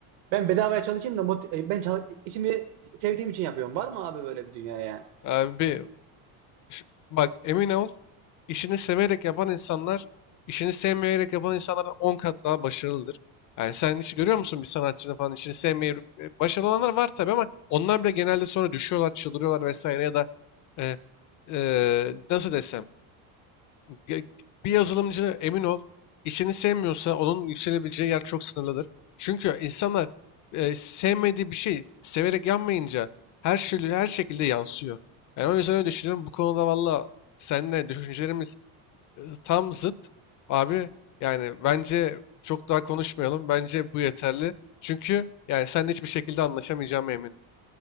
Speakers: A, on the right; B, on the left.
A: ben bedavaya çalışayım da moti- e, ben çal- işimi sevdiğim için yapıyorum. Var mı abi böyle bir dünya yani?
B: Abi Ş- Bak emin ol işini severek yapan insanlar işini sevmeyerek yapan insanlardan 10 kat daha başarılıdır. Yani sen hiç görüyor musun bir sanatçının falan işini sevmeyip e, başarılı olanlar var tabii ama onlar bile genelde sonra düşüyorlar, çıldırıyorlar vesaire ya da e, e, nasıl desem Ge- Bir yazılımcı emin ol işini sevmiyorsa onun yükselebileceği yer çok sınırlıdır. Çünkü insanlar e, sevmediği bir şey severek yapmayınca her şey her şekilde yansıyor. Yani o yüzden öyle düşünüyorum. Bu konuda valla seninle düşüncelerimiz e, tam zıt. Abi yani bence çok daha konuşmayalım. Bence bu yeterli. Çünkü yani seninle hiçbir şekilde anlaşamayacağım eminim.